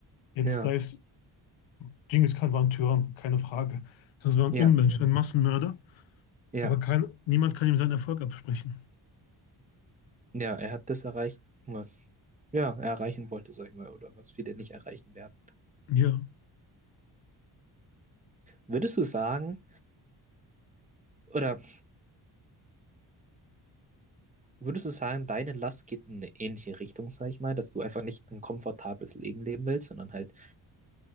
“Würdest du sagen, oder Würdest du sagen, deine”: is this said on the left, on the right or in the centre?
Right